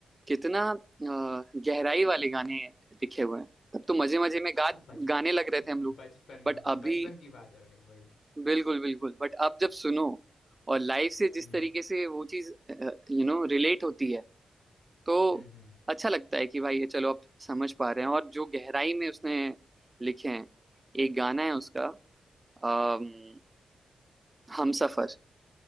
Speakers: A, on the right (about 25°); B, on the left (about 75°).
A: कितना अ, गहराई वाले गाने लिखे हुए हैं तब तो मजे मजे में गा
B: बच
A: गाने लग रहे थे हम लोग
B: बचपन में
A: बट अभी
B: बचपन की बात है भाई वही
A: बिल्कुल बिल्कुल बट आप जब सुनो और लाइफ से जिस
B: हम्म
A: तरीके से वो चीज यू नो रिलेट होती है तो
B: हम्म हम्म
A: अच्छा लगता है कि भाई ये चलो आप समझ पा रहे हैं और जो गहराई में उसने लिखे हैं एक गाना है उसका अम, हम सफर